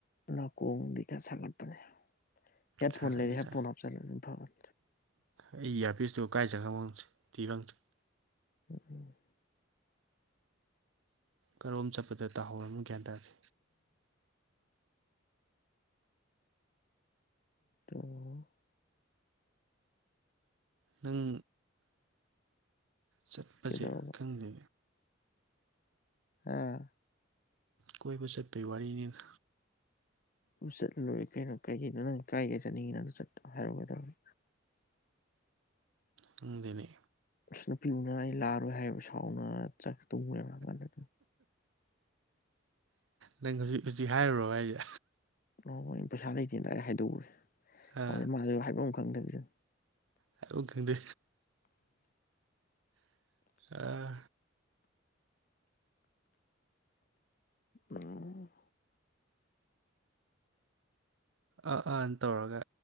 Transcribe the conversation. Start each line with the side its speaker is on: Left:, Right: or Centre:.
Left: ꯂꯀꯣꯡꯗꯤ ꯈꯔ ꯁꯥꯒꯠꯄꯅꯦ ꯍꯦꯠ
Right: ꯁꯥ
Left: ꯐꯣꯟ
Right: ꯀꯟꯅ
Left: ꯂꯩꯔꯤ
Right: ꯁꯥ
Left: ꯍꯦꯠ ꯐꯣꯟ ꯍꯥꯞꯆꯜꯂꯨ ꯅꯪ ꯐꯣꯟꯗꯣ
Right: ꯑꯩ ꯏꯌꯥꯔꯄꯤꯁꯇꯣ ꯀꯥꯏ ꯆꯠꯈꯔꯥꯕꯂꫭ ꯊꯤꯕꯪꯗꯦ
Left: ꯎꯝ ꯎꯝ
Right: ꯀꯔꯣꯝ ꯆꯠꯄꯗ ꯇꯍꯧꯔꯝ ꯒ꯭ꯌꯥꯟ ꯇꯥꯔꯗꯤ
Left: ꯎꯝ
Right: ꯅꯪ ꯆꯠꯄꯁꯦ
Left: ꯀꯩꯗꯧꯔꯕ
Right: ꯈꯪꯗꯦ
Left: ꯑꯥ
Right: ꯀꯣꯏꯕ ꯆꯠꯄꯩ ꯋꯥꯔꯤꯅꯤꯗ
Left: ꯆꯠꯔꯂꯣꯏꯔꯦ ꯀꯩꯅꯣ ꯀꯩꯒꯤꯅꯣ ꯅꯪ ꯀꯥꯏ ꯒꯥꯏ ꯆꯠꯅꯤꯡꯉꯤꯅꯣ ꯑꯗꯨ ꯆꯠ ꯍꯥꯏꯔꯛꯑꯣ ꯒꯩꯗꯧꯔꯒꯦ
Right: ꯈꯪꯗꯦꯅꯦ
Left: ꯑꯁ ꯅꯨꯄꯤ ꯎꯅꯔ ꯑꯩ ꯂꯥꯛꯔꯣꯏ ꯍꯥꯏꯕ ꯁꯥꯎꯅꯔ ꯆꯠ <unintelligible> ꯑꯗꯨ
Right: ꯅꯪ ꯍꯧꯖꯤꯛ ꯍꯧꯖꯤꯛ ꯍꯥꯏꯔꯨꯔꯕ ꯍꯥꯏꯖꯦ
Left: ꯑꯣꯏ ꯄꯩꯁꯥ ꯂꯩꯇꯦꯅ ꯗꯥꯏꯔꯦꯛ ꯍꯥꯏꯗꯣꯛꯎꯔꯦ
Right: ꯑꯥ
Left: ꯑꯗꯩ ꯃꯣꯏꯁꯨ ꯍꯥꯏꯐꯝ ꯈꯪꯗꯕꯤꯗ
Right: ꯍꯥꯏꯕꯨ ꯈꯪꯗꯦ ꯑꯥ
Left: ꯎꯝ
Right: ꯑꯥ ꯑꯥ ꯇꯧꯔꯒ